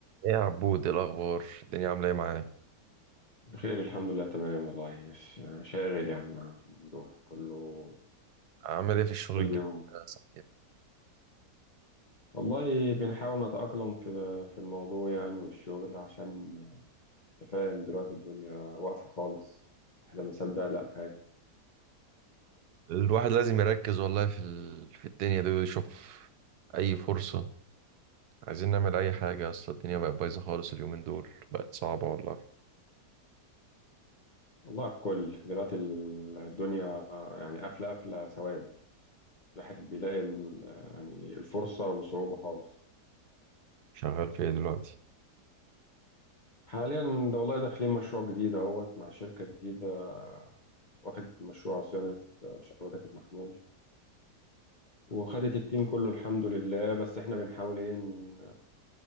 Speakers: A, on the right; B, on the left.
A: ايه يا عبود إيه الاخبار الدنيا عامله ايه معاك
B: بخير الحمد لله تمام والله بس شاغل يا عم ممدوح كله
A: عامل ايه في الشغل
B: كل
A: الجديد
B: يوم
A: ده صحيح
B: والله بنحاول نتأقلم في في الموضوع يعني والشغل عشان تفاهم دلوقتي الدنيا واقفة خالص احنا ما صدق لا حاجة
A: الواحد لازم يركز والله في ال... في الدنيا دي ويشوف اي فرصه عايزين نعمل اي حاجه اصل الدنيا بقت بايظه خالص اليومين دول بقت صعبه والله
B: والله على الكل دلوقتي ال- الدنيا يعني قافلة قافلة سواد الواحد بيلاقي ال- يعني الفرصة بصعوبة خالص
A: شغال في ايه دلوقتي
B: حاليا ده والله داخلين مشروع جديد اهوت مع شركة جديدة واخد مشروع صيانة شبكات المحمول وخدت التيم كله الحمد لله بس احنا بنحاول ايه ن-